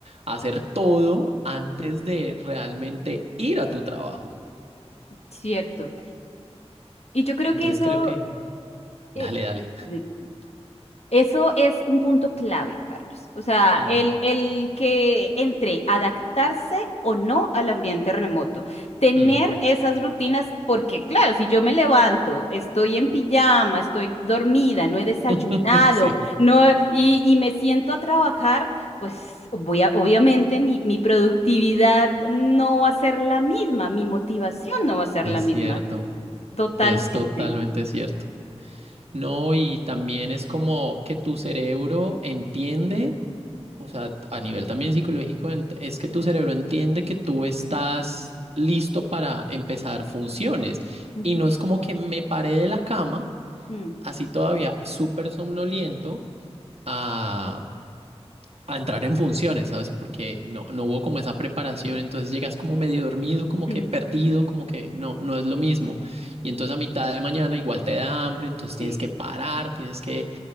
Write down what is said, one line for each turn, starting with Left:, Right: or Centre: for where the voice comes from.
Right: hacer todo antes de realmente ir a tu trabajo.
Left: cierto. Y yo creo
Right: Entonces
Left: que eso,
Right: creo que,
Left: eh,
Right: dale, dale.
Left: de- Eso es un punto clave, Carlos. O sea,
Right: Mm,
Left: el, el que entre adaptarse o no al ambiente remoto. Tener
Right: mm.
Left: esas rutinas, porque claro, si yo me levanto, estoy en pijama, estoy dormida, no he desayunado,
Right: <laughs> Sí,
Left: no, y, y me siento a trabajar, pues voy a- obviamente mi, mi productividad no va a ser la misma, mi motivación no va a ser
Right: es
Left: la misma.
Right: cierto,
Left: Totalmente.
Right: es totalmente cierto. No, y también es como que tu cerebro entiende O sea, a nivel también psicológico, ent- es que tu cerebro entiende que tú estás listo para empezar funciones.
Left: Ujú.
Right: Y no es como que me paré de la cama,
Left: Mm.
Right: así todavía súper somnoliento, a, a entrar en funciones, ¿sabes? Porque no, no hubo como esa preparación, entonces llegas como medio dormido, como
Left: Mm.
Right: que perdido, como que no, no es lo mismo. Y entonces a mitad de mañana igual te da hambre, entonces
Left: Sí,
Right: tienes que parar, tienes que